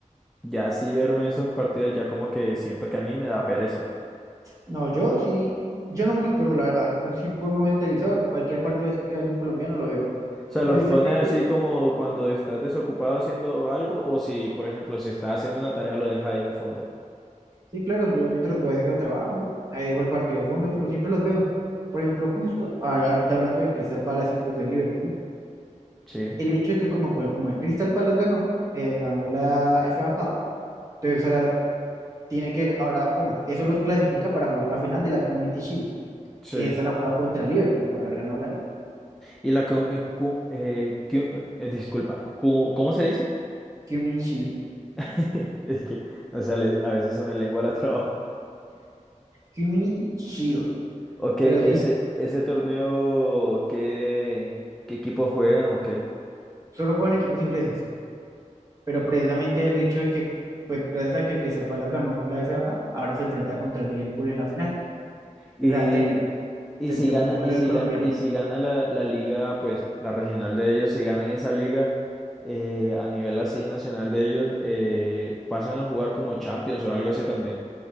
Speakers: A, in the centre; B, on the right (about 25°).
A: ya así verme esos partidos ya como que siento que a mí me da pereza.
B: No, yo sí, yo no me los pierdo, la verdad. Yo sí pongo el televisor, cualquier partido así que haya un colombiano lo veo.
A: O sea,
B: Y precisamente,
A: los pones así como cuando estás desocupado haciendo algo o si, por ejemplo, si estás haciendo una tarea lo dejas ahí de fondo.
B: sí, claro, yo mientras voy haciendo trabajos, ahí dejo el partido de fondo, pero siempre los veo. Por ejemplo, justo a- ahorita hablando del Crystal Palace y pues del Liverpool,
A: Sí,
B: el hecho de que como, co- como el Crystal Palace ganó, eh, ganó la FA Cup, entonces ahora tiene que, ahora, bueno, eso los clasifica para jugar la final de la Community Shield,
A: sí.
B: que esa la juega contra el Liverpool por haber ganado la liga.
A: Y la... cu- eh, cu- eh, cu- eh, disculpa, cu- ¿cómo se dice?
B: Community Shield,
A: <laughs> Es que, o sea, les- a veces se me lengua la traba. <laughs>
B: Community Shield,
A: Ok,
B: pero
A: ese,
B: sí.
A: ese torneo, ¿qué, qué equipos juegan o qué?
B: solo juegan equipos ingleses, pero precisamente el hecho de que, pues, gracias a que el Crystal Palace ganó la FA Cup, ahora se enfrenta contra el Liverpool en la final.
A: Y,
B: O sea, ten-
A: y
B: tendremos
A: si gana,
B: duelo
A: y si
B: de colombianos.
A: gana, y si gana la, la liga, pues la regional de ellos, si ganan esa liga eh, a nivel así nacional de ellos, eh, pasan a jugar como Champions o algo así también.